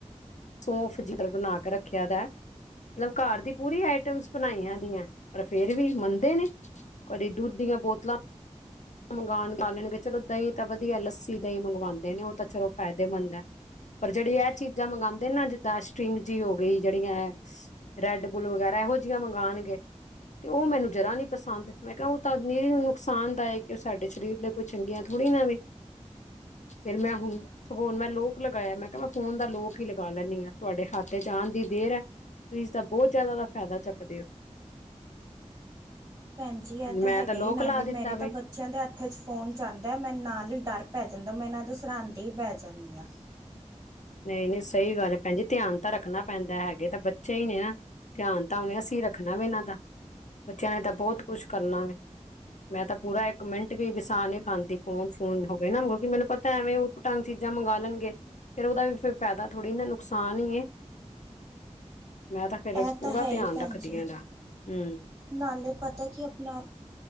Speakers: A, on the left (about 75°); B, on the right (about 30°).
A: ਸੋਫ ਜਿੱਧਰ ਬਣਾ ਕੇ ਰੱਖਿਆ ਦਾ ਮਤਲੱਬ ਘਰ ਦੀ ਪੂਰੀ ਆਈਟਮਸ ਬਣਾਈਆਂ। <inaudible> ਫਿਰ ਵੀ ਮੰਨਦੇ ਨੇ ਕਦੀ ਦੁੱਧ ਦੀਆਂ ਬੋਤਲਾਂ ਮੰਗਾਉਣ ਲੈਣਗੇ ਚਲੋ ਦਹੀਂ ਤਾਂ ਵਧੀਆ ਲੱਸੀ ਦਹੀਂ ਮੰਗਵਾਉਂਦੇ ਨੇ ਉਹ ਤਾਂ ਚਲੋ ਫਾਇਦੇਮੰਦ ਏ। ਪਰ ਜਿਹੜੀ ਇਹ ਚੀਜ਼ਾਂ ਮੰਗਾਉਂਦ ਜਿੱਦਾਂ ਸਟਿੰਗ ਜਿ ਹੋ ਗਈ। ਜਿਹੜੀਆਂ ਹੈ ਰੈਡ ਬੁਲ ਵਗੈਰਾ ਇਹੋ ਜਿਹੀਆਂ ਮੰਗਾਉਣਗੇ। ਤੇ ਉਹ ਮੈਨੂੰ ਜਰਾ ਨੀ ਪਸੰਦ, ਮੈਂ ਕਿਹਾ ਉਹ ਤਾਂ ਨੁਕਸਾਨ ਦਾਇਕ ਉਹ ਸਾਡੇ ਸਰੀਰ ਲਈ ਕੋਈ ਚੰਗੀਆਂ ਥੋੜ੍ਹੀ ਨਾ ਐਵੇਂ। ਫਿਰ ਮੈਂ ਹੁਣ ਸਗੋਂ ਹੁਣ ਮੈਂ ਲੋਕ ਲਗਾਇਆ ਮੈਂ ਕਿਹਾ ਮੈਂ ਫੋਨ ਦਾ ਲੋਕ ਹੀ ਲੱ ਕਹਿਨੀ ਹਾਂ ਤੁਹਾਡੇ ਹੱਥ ਚ ਆਉਣ ਦੀ ਦੇਰ ਹੈ। ਤੁਸੀਂ ਇਸਦਾ ਬਹੁਤ ਜਿਆਦਾ ਦਾ ਫਾਇਦਾ ਚੁੱਕ- ਦਿਓ।
B: ਭੈਣ ਜੀ ਇਹ
A: ਮੈਂ
B: ਹੈਗਾ
A: ਤਾਂ ਲੋਕ
B: ਹੀ ਨਾਲੇ
A: ਲਾ ਦਿੱਤਾ
B: ਮੇਰੇ
A: ਵੇ
B: ਤਾਂ ਬੱਚਿਆਂ ਦੇ ਹੱਥ ਚ ਫੋਨ ਜਾਂਦਾ ਹੈ। ਮੈਨੂੰ ਨਾਲ ਹੀ ਡਰ ਪੈ ਜਾਂਦਾ, ਮੈਂ ਇਹਨਾਂ ਦੇ ਸਰਹਾਂਦੇ ਹੀ ਬਹਿ ਜਾਂਦੀ ਹਾਂ।
A: ਨਹੀਂ ਨਹੀਂ ਸਹੀ ਗੱਲ ਭੈਣ ਜੀ ਧਿਆਨ ਤਾਂ ਰੱਖਣਾ ਪੈਂਦਾ ਹੈਗੇ ਤਾਂ ਬ -ਚੇ ਹੀ ਨੇ ਧਿਆਨ ਤਾਂ ਹੂਣੇ ਅਸੀਂ ਰੱਖਣਾ ਵੇ ਇਹਨਾਂ ਦਾ। ਬੱਚਿਆਂ ਨੇ ਤਾਂ ਬਹੁਤ ਕੁਛ ਕਰਨਾ ਵੇ। ਮੈਂ ਤਾਂ ਪੂਰਾ ਇੱਕ ਮਿੰਟ ਵੀ ਬਸਾ ਨੀ ਖਾਂਦੀ ਫੋਨ ਫੋਨ ਹੋ ਗਏ ਨਾ ਕਿਉਕਿ ਮੈਨੂੰ ਪਤਾ ਐਵੇਂ ਉਟ ਭਟੰਗ ਚੀਜ਼ਾਂ ਮੰਗ ਲਣਗੇ ਫੇਰ ਉਹਦਾ ਫੇਰ ਫਾਇਦਾ ਥੋੜ੍ਹੀ ਨਾ ਨੁਕਸਾਨ ਹੀ ਏ। ਮੈਂ ਤਾਂ ਫੇਰ
B: ਇਹ
A: ਪੂਰਾ
B: ਤਾਂ ਹੈ
A: ਧਿਆਨ
B: ਹੀ ਭੈਣ
A: ਰੱਖਦੀ
B: ਜੀ
A: ਹਾਂ ਇਹਦਾ ਹਮ
B: ਨਾਲੇ ਤੇ ਪਤਾ ਕਿ ਆਪਣਾ